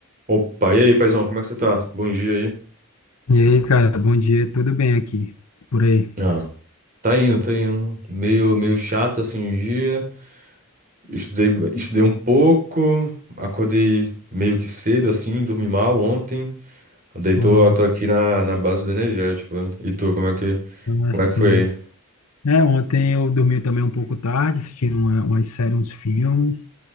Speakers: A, on the right; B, on the left.
A: Opa, e aí, paizão, como é que você tá? Bom dia aí.
B: E aí, cara, bom dia, tudo bem aqui? Por aí?
A: Ah, tá indo, tá indo. Meio, meio chato assim o dia. Estudei, estudei um pouco, acordei meio que cedo, assim, dormi mal ontem. Daí tô,
B: Olha,
A: tô aqui na, na base do energético, velho. E tu, como é que,
B: é
A: como
B: assim.
A: é que foi? aí?
B: É, ontem eu dormi também um pouco tarde, assistindo uma, umas séries, uns filmes,